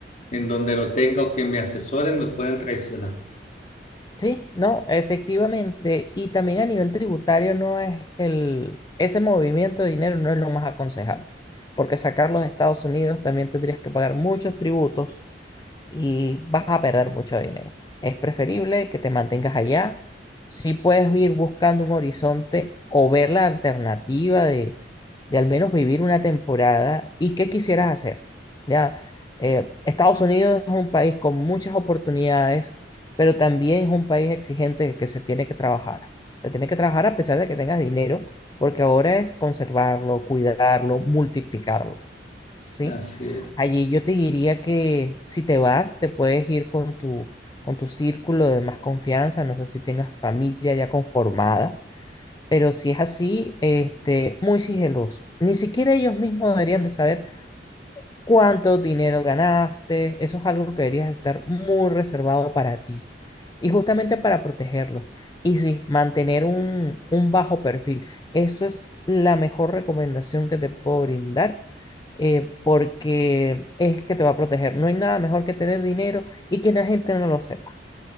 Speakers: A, on the left (about 40°); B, on the left (about 25°).
A: en donde lo tenga o que me asesoren me pueden traicionar.
B: Sí, no, efectivamente. Y también a nivel tributario no es el, ese movimiento de dinero no es lo más aconsejable, porque sacarlo de Estados Unidos también tendrías que pagar muchos tributos y vas a perder mucho dinero. Es preferible que te mantengas allá. Si puedes ir buscando un horizonte o ver la alternativa de, de al menos vivir una temporada y qué quisieras hacer. Ya, Eh, Estados Unidos es un país con muchas oportunidades, pero también es un país exigente que se tiene que trabajar. Se tiene que trabajar a pesar de que tengas dinero, porque ahora es conservarlo, cuidarlo, multiplicarlo. ¿sí?
A: Así es.
B: Allí yo te diría que si te vas, te puedes ir con tu, con tu círculo de más confianza, no sé si tengas familia ya conformada, pero si es así, este, muy sigiloso. Ni siquiera ellos mismos deberían de saber cuánto dinero ganaste. Eso es algo que deberías estar muy reservado para ti. Y justamente para protegerlo. Y sí, mantener un, un bajo perfil. Eso es la mejor recomendación que te puedo brindar, eh, porque es que te va a proteger. No hay nada mejor que tener dinero y que la gente no lo sepa.